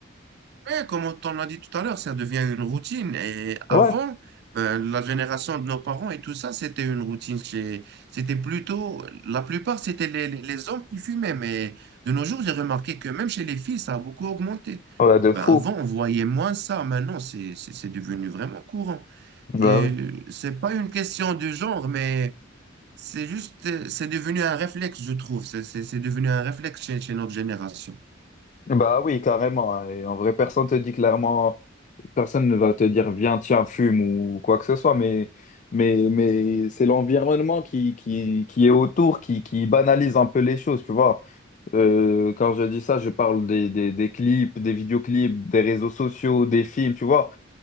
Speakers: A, on the right (about 55°); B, on the left (about 40°).
A: Ouais, comme on l'a dit tout à l'heure, ça devient une routine. Et avant,
B: Ouais,
A: euh, la génération de nos parents et tout ça, c'était une routine. chez- C'était plutôt, la plupart, c'était les, les- les hommes qui fumaient. Mais de nos jours, j'ai remarqué que même chez les filles, ça a beaucoup augmenté.
B: voilà, de
A: Ben,
B: fou.
A: avant, on voyait moins ça. Maintenant, c'est, c'est c'est devenu vraiment courant.
B: Bah
A: Et
B: oui.
A: euh, c'est pas une question de genre, mais c'est juste, euh, c'est devenu un réflexe, je trouve. C'est c'est- c'est devenu un réflexe chez, chez notre génération.
B: Bah oui, carrément. Et en vrai, personne te dit clairement. personne ne va te dire viens, tiens, fume ou quoi que ce soit, mais, mais, mais c'est l'environnement qui, qui, qui est autour, qui, qui banalise un peu les choses, tu vois. Euh, quand je dis ça, je parle des, des, des clips, des vidéoclips, des réseaux sociaux, des films, tu vois.